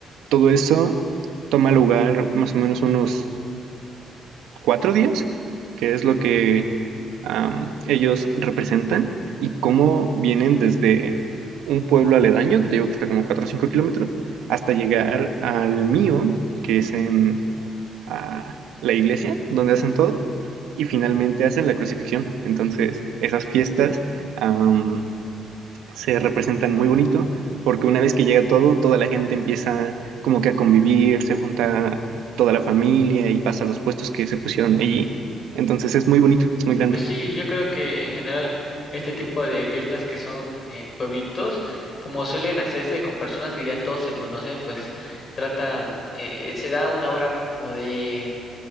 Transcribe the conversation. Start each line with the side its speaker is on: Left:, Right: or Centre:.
Right: todo eso toma lugar más o menos unos cuatro días, que es lo que am, ellos representan, y cómo vienen desde un pueblo aledaño, que te digo que está como 4 o 5 kilómetros, hasta llegar al mío, que es en ah, la iglesia, donde hacen todo, y finalmente hacen la crucifixión. Entonces, esas fiestas am, se representan muy bonito, porque una vez que llega todo, toda la gente empieza como que a convivir, se junta toda la familia y pasa a los puestos que se pusieron ahí. Entonces es muy bonito, es muy grande.
Left: Pues sí, yo creo que en general este tipo de fiestas que son en pueblitos, como suelen hacerse con personas que ya todos se conocen, pues tratan, eh, se da una hora como de